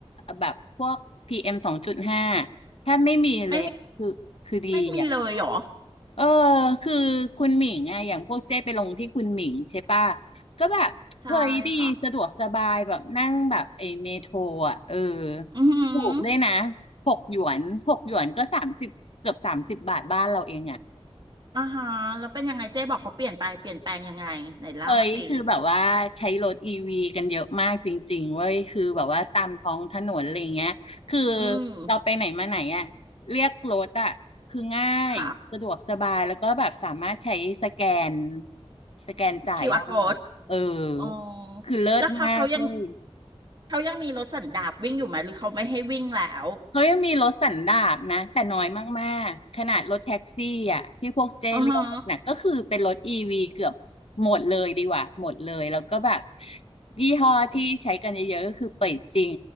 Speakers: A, on the left; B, on the right.
A: แบบพวกพีเอ็มสองจุดห้าถ้าไม่มีเลยอะคือคือดีอ่ะ
B: ไม่มีไม่มีเลยเหรอ
A: เออคือคุณหมิงไงอย่างพวกเจ้ไปลงที่คุณหมิงใช่ป่ะก็แบบเฮ้ยดีสะดวกสบายแบบนั่งแบบไอ้เมโทรอ่ะเออ
B: ใช่ค่ะอือหือ
A: ถูกด้วยนะหกหยวนหกหยวนก็สามสิบเกือบสามสิบบาทบ้านเราเองอ่ะ
B: อ่าฮะแล้วเป็นยังไงเจ๊บอกเขาเปลี่ยนไปเปลี่ยนแปลงยังไงไหนเล่าสิ
A: เฮ้ยคือแบบว่าใช้รถอีวีกันเยอะมากจริงๆเว้ยคือแบบว่าตามท้องถนนอะไรเงี้ยคือ
B: อืม
A: เราไปไหนมาไหนอ่ะเรียกรถอ่ะคือง่ายสะดวกสบายแล้วก็แบบสามารถใช้สแกน
B: ค่ะ
A: สแกนจ่ายได้
B: QR code
A: เออ
B: อ๋อ
A: คือเลิศมากเลย
B: แล้วเขาเขายังเขายังมีรถสันดาปวิ่งอยู่ไหมหรือเขาไม่ให้วิ่งแล้ว
A: เขายังมีรถสันดาปนะแต่น้อยมากๆขนาดรถแท็กซี่อ่ะที่พวกเจ้เรียกกันนะก็คือเป็นรถอีวีเกือบ
B: อือฮะ
A: หมดเลยดีกว่าหมดเลยแล้วก็แบบยี่ห้อที่ใช้กันเยอะๆก็คือเปิดจริง